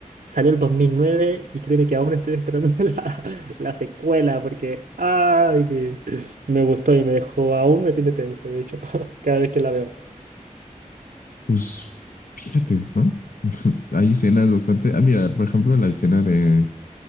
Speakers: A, on the right; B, on the left.
A: Salió el 2009 y créeme que aún estoy esperando <laughs> la, la secuela porque ay, que me gustó y me dejó, aún me tiene tenso, de hecho, <laughs> cada vez que la veo.
B: Pues fíjate, ¿no? <laughs> Hay escenas bastante. Ah, mira, por ejemplo, la escena de,